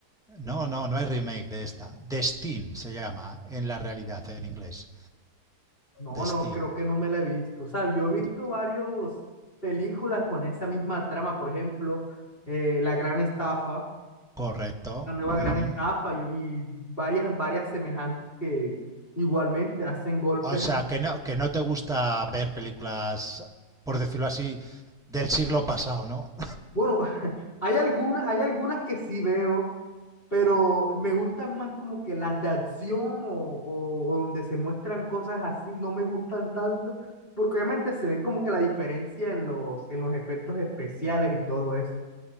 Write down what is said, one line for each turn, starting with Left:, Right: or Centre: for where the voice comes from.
Centre: No, no, no hay remake de esta. Destin se llama en la realidad en inglés.
Left: No,
Centre: Destin.
Left: no, creo que no me la he visto. O sea, yo he visto
Centre: D-
Left: varias películas con esa misma trama, por ejemplo, eh, La Gran Estafa,
Centre: Correcto.
Left: La Nueva
Centre: Ujú.
Left: Gran Estafa yo- y varias, varias semejantes que igualmente hacen golpes.
Centre: O sea, que no, que no te gusta ver películas, por decirlo así, del siglo pasado, ¿no?
Left: Bueno, <laughs> hay algunas, hay algunas que sí veo, pero me gustan más como que las de acción o, o donde se muestran cosas así, no me gustan tanto, porque obviamente se ven como que la diferencia en los, en los efectos especiales y todo eso.